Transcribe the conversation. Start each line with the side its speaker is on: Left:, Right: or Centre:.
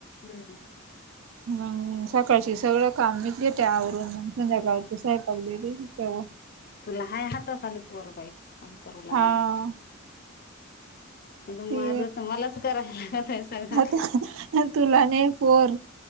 Left: हम्म
Right: मग सकाळशी सगळं काम मीच घेते आवरून, मं संध्याकाळचा संयंपाक देते तिच्याव.
Left: तुला हाय हाता खाली पोर बाई, काम करू लागायला.
Right: हा
Left: ईद
Right: ते
Left: माझ त, मलाच कराय लागतं सगळं.
Right: आता तुला नाही पोर.